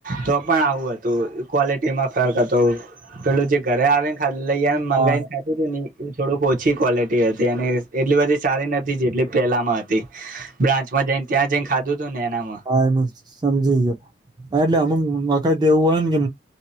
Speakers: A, on the right; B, on the right.
A: તો પણ આવું હતું ક્વોલિટીમાં ફર્ક હતો પેલું જે ઘરે આવે ને ખા લઈ એમ મંગાઈને
B: હા
A: ખાતું ને એ થોડક ઓછી ક્લે તી હતી અને એટલી બધી સારી નથી જેટલી પહેલામાં હતી. બ્રાન્ચમાં જઈને ત્યાં જઈને ખાધું હતું ને એનામાં
B: આમાં સમજી ગયો હા એટલે અમુક વખત એવું હોય ને કે